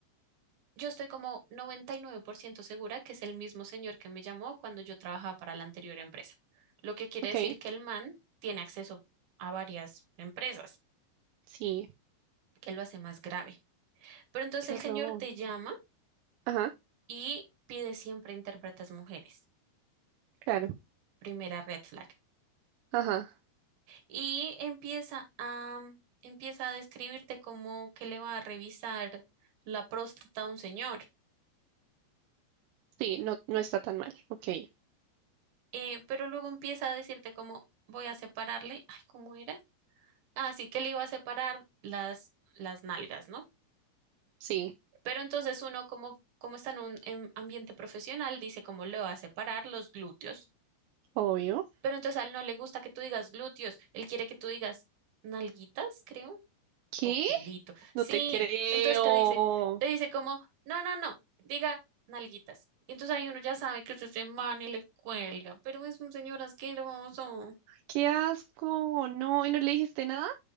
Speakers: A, on the right; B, on the right.
A: yo estoy como 99% segura que es el mismo señor que me llamó cuando yo trabajaba para la anterior empresa. Lo que quiere
B: ok.
A: decir que el man tiene acceso a varias empresas,
B: Sí,
A: que lo hace más grave. Pero entonces
B: qué
A: el
B: horror.
A: señor te llama
B: Ajá,
A: y pide siempre intérpretes mujeres.
B: claro.
A: primera red flag.
B: Ajá.
A: Y empieza a, empieza a describirte como que le va a revisar la próstata a un señor.
B: Sí, no, no está tan mal. Ok,
A: Eh, pero luego empieza a decirte como voy a separarle, ay, ¿cómo era? Así que le iba a separar las, las nalgas, ¿no?
B: sí,
A: Pero entonces uno como, como está en un en ambiente profesional, dice como le va a separar los glúteos.
B: obvio.
A: Pero entonces a él no le gusta que tú digas glúteos, él quiere que tú digas nalguitas, creo.
B: ¿Qué?
A: Oculito.
B: No
A: Sí,
B: te creo.
A: entonces te dice, te dice como, no, no, no, diga nalguitas. Y entonces ahí uno ya sabe que es ese man y le cuelga, pero es un señor asqueroso.
B: Qué asco. No, ¿y no le dijiste nada?